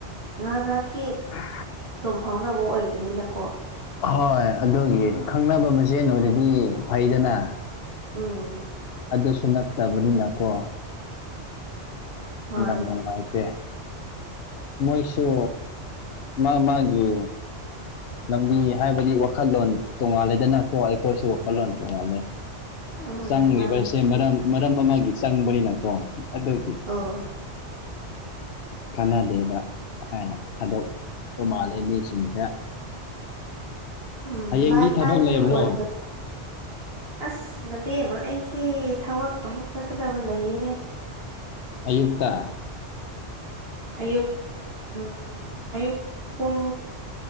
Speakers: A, on the right; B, on the left.
A: ꯉꯍꯥꯛ ꯉꯍꯥꯛꯀꯤ
B: <unintelligible>
A: ꯑꯗꯨꯝ ꯐꯥꯎꯅꯕ ꯑꯣꯏꯕꯅꯤꯅꯀꯣ
B: ꯍꯣꯏ ꯑꯗꯨꯒꯤ ꯈꯪꯅꯕ ꯃꯁꯦꯟ ꯑꯣꯏꯔꯗꯤ ꯐꯩꯗꯅ
A: ꯎꯃ
B: ꯑꯗꯨꯁꯨ ꯅꯠꯇꯕꯅꯤꯅ ꯀꯣ
A: ꯃꯥꯅꯦ
B: ꯌꯥꯝ ꯅꯨꯡꯉꯥꯏꯇꯦ ꯃꯣꯏꯁꯨ ꯃꯥ ꯃꯥꯒꯤ ꯂꯝꯕꯤ ꯍꯥꯏꯕꯗꯤ ꯋꯥꯈꯜꯂꯣꯟ ꯇꯣꯡꯉꯥꯜꯂꯦꯗ ꯀꯣ ꯑꯩꯈꯣꯏꯁꯨ ꯋꯥꯈꯜꯂꯣꯟ ꯇꯣꯡꯉꯥꯜꯂꯦ
A: ꯎꯝ
B: ꯆꯪꯉꯤꯕꯁꯦ
A: ꯃꯥꯅꯦ
B: ꯃꯔꯝ ꯃꯔꯝ ꯑꯃꯒꯤ ꯆꯪꯕꯅꯤꯅꯀꯣ ꯑꯗꯨꯒꯤ
A: ꯑꯣ
B: ꯈꯟꯅꯗꯦꯕ ꯍꯥꯏꯅ ꯑꯗꯣꯞꯄꯥ ꯃꯥꯜꯂꯦ ꯃꯤꯁꯤꯡꯁꯦ
A: ꯎꯝ
B: ꯍꯌꯦꯡꯗꯤ
A: ꯂꯥꯏꯐ
B: ꯊꯕꯛ
A: ꯇꯥꯏꯝꯒꯤ
B: ꯂꯩꯕ꯭ꯔꯣ
A: ꯑꯣꯏꯗꯕ ꯑꯁ ꯅꯕꯦꯝꯃꯥ ꯑꯩꯁꯦ ꯊꯕꯛ ꯑꯃꯨꯛ ꯆꯠꯀꯗꯕ ꯂꯩꯌꯦꯅꯦ
B: ꯑꯌꯨꯛꯇ
A: ꯑꯌꯨꯛ ꯎꯝ ꯑꯌꯨꯛ ꯄꯨꯡ